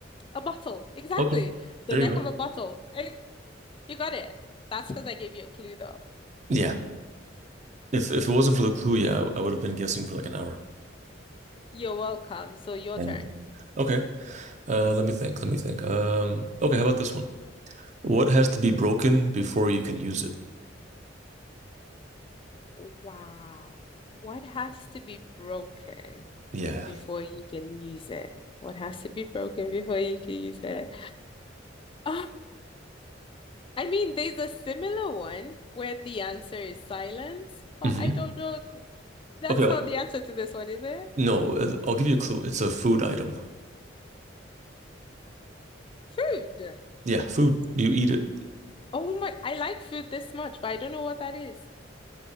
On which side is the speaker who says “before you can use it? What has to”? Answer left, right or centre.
Left